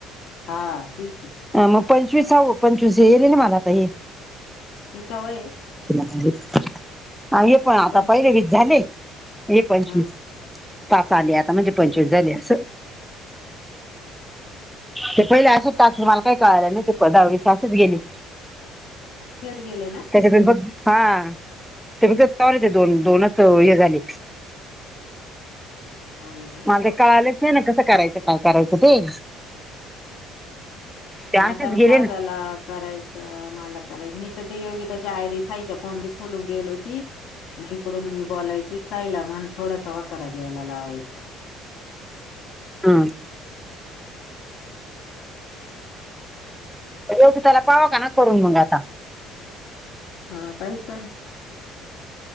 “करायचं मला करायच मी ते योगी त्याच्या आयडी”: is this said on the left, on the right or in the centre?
Left